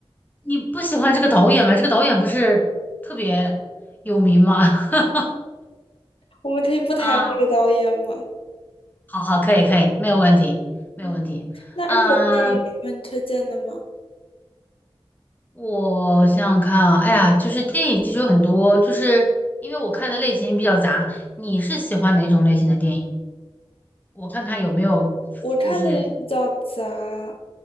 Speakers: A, on the left; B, on the left.
A: 你不喜欢这个导演吗？这个导演不是特别有名吗？<laughs>
B: 我们可以不谈这个导演吗？
A: 啊，好好，可以可以，没有问题，没有问题。
B: 嗯，那日本电影有什么你推荐的吗？
A: 嗯。我想想看啊，哎呀，就是电影其实有很多，就是因为我看的类型比较杂。你是喜欢哪种类型的电影？我看看有没有，
B: 我看的也比较杂，
A: 就是